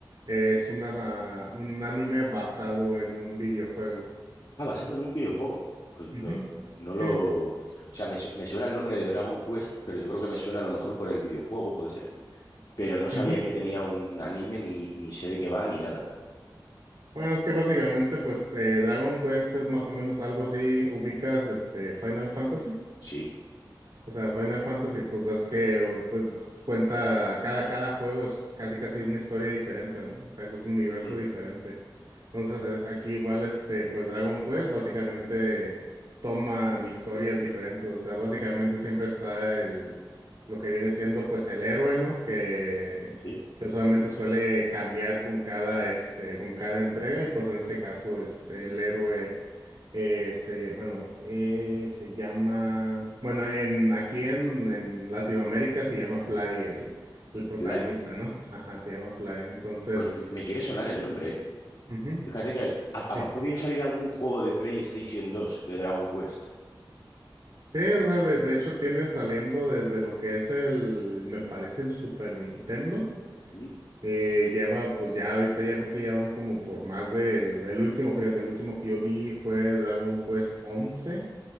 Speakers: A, on the right; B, on the left.
A: es una un anime basado en un videojuego.
B: Ah, basado en un videojuego. Pues
A: Ujú.
B: no, no lo...
A: Sí, pues,
B: O sea, me, su- me suena el nombre de Dragon Quest, pero yo creo que me suena a lo mejor por el videojuego, puede ser. Pero no sabía
A: ujú.
B: que tenía un anime, ni, ni sé de qué va, ni nada.
A: Bueno, es que básicamente, pues, eh, Dragon Quest es más o menos algo así. ¿Ubicas este Final Fantasy?
B: Sí,
A: O sea, Final Fantasy, pues ves que pues cuenta cada, cada juego es casi casi una historia diferente, ¿no? O sea, es un universo
B: mm,
A: diferente. Entonces, a- aquí igual este, pues Dragon Quest básicamente toman historias diferentes. O sea, básicamente siempre está el lo que viene siendo pues el héroe, ¿no? Que,
B: sí.
A: que usualmente suele cambiar con cada este, con cada entrega. Y pues en este caso, este, el héroe. Eh, se, bueno, eh, se llama, bueno, en aquí en, en Latinoamérica se llama Fly el, el protagonista,
B: Fly.
A: ¿no? Ajá, se llama Fly. Entonces,
B: Pues me, me quiere sonar el nombre, ¿eh?
A: ujú,
B: Fíjate que ha, ha-
A: eh,
B: ha podido salir algún juego de PlayStation 2 de Dragon Quest.
A: Sí, o sea, de, de hecho tiene saliendo desde lo que es el, me parece el Super Nintendo.
B: ¿m?
A: Eh, llevan, pues ya ahorita ya creo que ya van como por más del, el último, fíjate, el último que yo vi fue Dragon Quest once